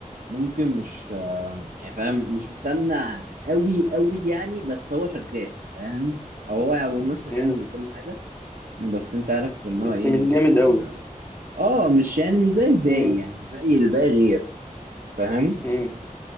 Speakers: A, on the right; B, on the left.
A: ممكن مش آه يعني فاهم مش مسمع قوي قوي يعني بس هو شغال فاهم او هو يعني ممثل
B: مم.
A: حلو وكل حاجه بس انت عارف ان هو
B: بس
A: ايه
B: مش
A: مش
B: جامد أوي
A: اه مش يعني مش زي الباقي
B: مم.
A: يعني الباقي الباقي غير فاهم
B: مم.